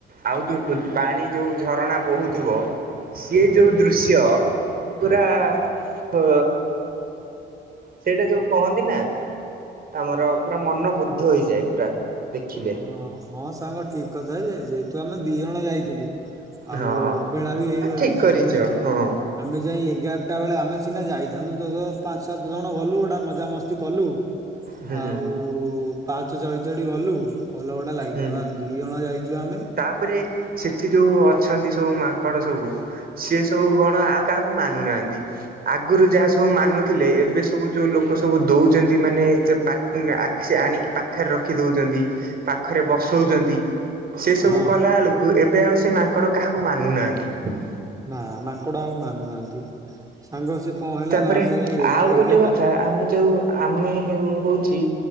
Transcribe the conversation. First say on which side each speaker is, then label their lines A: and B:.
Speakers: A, on the right; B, on the right.
A: ଆଉ ଯୋଉ ପାଣି ଯୋଉ ଝରଣା ବୋହୁଥିବ। ସିଏ ଯୋଉ ଦୃଶ୍ୟ ପୁରା ଅ ସେଇଟା ଯୋଉ କହନ୍ତି ନା ଆମର ପୁରା ମନ ବୁଦ୍ଧ ହେଇଯାଏ ପୁରା ଦେଖିଲେ।
B: ହଁ ହଁ ସାଙ୍ଗ ଠିକ୍ କଥା ଯେ ଯେହେତୁ ଆମେ ଦି ଜଣ ଯାଇଥିଲୁ ଆଉ
A: ହଁ
B: ଅବହେଳା ବି ହେଇଗଲାଣି
A: ଠିକ କରିଛ
B: ଆମେ ଯାଏ।
A: ହଁ
B: ଆମେ ଯାଇ ଏଗାରଟା ବେଳେ ଆମେ ସିନା ଯାଇଥାନ୍ତୁ ତୁ ତ ପାଞ୍ଚ ସାତ ଜଣ ଗଲୁ ଗୋଟା ମଜାମସ୍ତି କଲୁ।
A: ହୁଁ
B: ଆଉ ପାହାଚ ଚଢ଼ି ଚଢ଼ି ଗଲୁ। ଭଲ ଗୋଟା ଲାଗିବ
A: ହୁଁ
B: ଆଉ ଦି ଜଣ ଯାଇଚୁ ଆମେ।
A: ତାପରେ ସେଠି ଯୋଉ ଅଛନ୍ତି ସବୁ ମାଙ୍କଡ଼ ସବୁ ସିଏ ସବୁ କଣ ଆଉ କାହାକୁ ମାନୁ ନାହାନ୍ତି। ଆଗରୁ ଯାହା ସବୁ ମାନୁଥିଲେ ଏବେ ସବୁ ଯୋଉ ଲୋକ ସବୁ ଦଉଚନ୍ତି ମାନେ ଏତେ ପା ଆକ୍ ସେ ଆଣିକି ପାଖରେ ରଖି ଦଉଚନ୍ତି। ପାଖରେ ବସଉଚନ୍ତି ସେ ସବୁ
B: ହଁ
A: କଲାଏଳକୁ କୁ ଏବେ ଆଉ ସେ ମାଙ୍କଡ଼ କାହାକୁ ମାନୁନାହାନ୍ତି।
B: ନା ମାଙ୍କଡ ଆଉ ମାନୁନାହାନ୍ତି ସାଙ୍ଗ ସେ କଣ ହେଲା
A: ତାପରେ
B: ନା ଆମେ ଯାଇ ଏ-
A: ଆଉ
B: ଏଗାରଟା
A: ଗୋଟେ କଥା ଆମେ ଯୋଉ ଆମେ ମୁଁ କହୁଚି